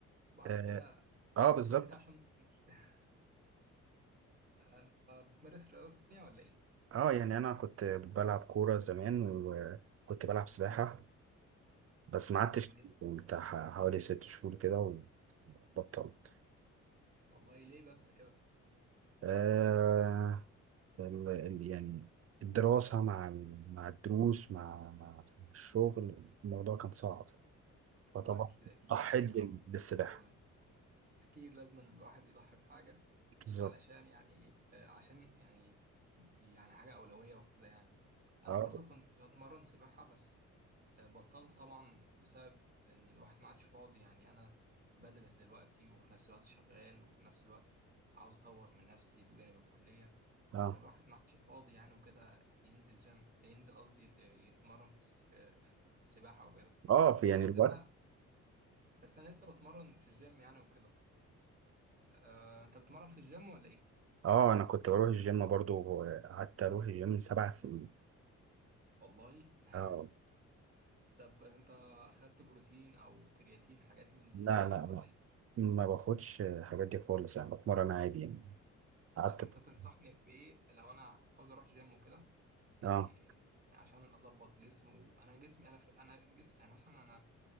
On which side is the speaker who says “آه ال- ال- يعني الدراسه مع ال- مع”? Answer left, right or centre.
Right